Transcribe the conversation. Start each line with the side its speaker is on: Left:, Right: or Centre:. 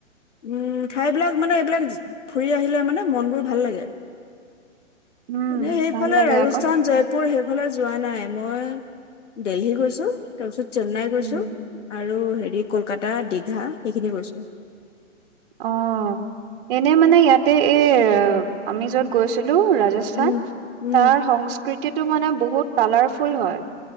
Left: উম, ঠাইবিলাক মানে এইবিলাক ফুৰি আহিলে মানে মনবোৰ ভাল লাগে।
Right: উম
Left: এনেই সেইফালে
Right: ভাল লাগে
Left: ৰাজস্থান
Right: আকৌ
Left: জয়পুৰ সেইফালে যোৱা নাই মই দেলহি গৈছোঁ। তাৰপিছত চেন্নাই গৈছোঁ
Right: উম
Left: আৰু হেৰি কলকাতা দীঘা সেইখিনি গৈছোঁ।
Right: অ', এনে মানে ইয়াতে এ আমি যত গৈছিলো ৰাজছ,
Left: উম উম
Right: তাৰ সংস্কৃতিটো মানে বহুত কালাৰফুল হয়।